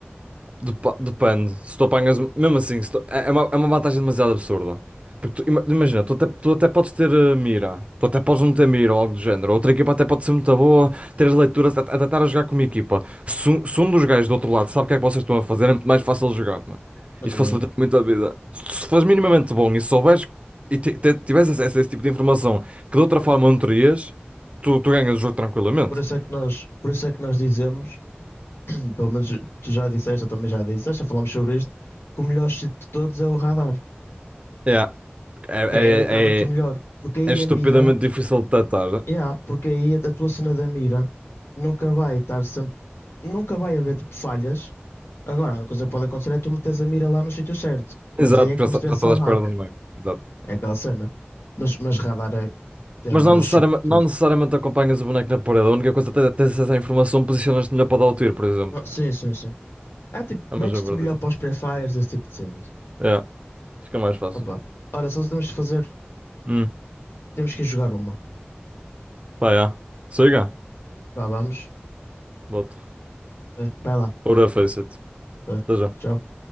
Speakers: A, on the right; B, on the left.
A: Depa- Depende. Se tu apanhas. Mesmo assim, se tu- é é uma, é uma vantagem demasiado absurda. Porque tu ima- imagina, tu até, tu até podes ter eh, mira, tu até podes não ter mira ou algo do género. Outra equipa até pode ser muito boa, ter as leituras, até até estar a jogar com uma equipa. Se, um se um dos gajos do outro lado sabe o que é que vocês estão a fazer, é muito mais fácil de jogar, mano. Isto
B: Yeah.
A: facilita muito a vida. Se se fores minimamente bom e souberes e ti- te- tiveres acesso a esse tipo de informação que de outra forma não terias, tu, tu ganhas o jogo tranquilamente.
B: Por isso é que nós, por isso é que nós dizemos, <clears throat> pelo menos tu já disseste, eu também já disse, já falámos sobre isto, que o melhor sítio de todos é o radar,
A: É, é,
B: que é, é literalmente o
A: é,
B: melhor, porque aí
A: É estupidamente
B: a mira,
A: difícil de detectar.
B: yeah, porque aí a, a tua cena da mira nunca vai estar sempre, nunca vai haver tipo falhas. Agora, uma coisa que pode acontecer é tu meteres a mira lá no sítio certo, mas
A: Exato,
B: aí é como
A: já, sa-
B: se tivesse
A: já estás
B: al
A: à
B: hack,
A: espera do boneco. Exato.
B: é aquela cena. Mas, mas radar é, é
A: Mas
B: o melhor
A: não necessariamente,
B: sítio de tudo.
A: não necessariamente acompanhas o boneco na parede. A única coisa é ter ter acesso à informação, posicionas-te melhor para dar o tiro, por exemplo.
B: Ah, sim, sim, sim. É tipo,
A: É
B: metes-te
A: a verdade.
B: melhor para os pré-fires, esse tipo de cenas.
A: É, fica mais fácil.
B: Opa. Olha, só temos que fazer.
A: Hum,
B: Temos que ir jogar uma.
A: pá, já. Siga.
B: Vá, vamos.
A: Volto.
B: Vai vai lá.
A: Ora, face it.
B: Tá bem.
A: Até já.
B: Tchau.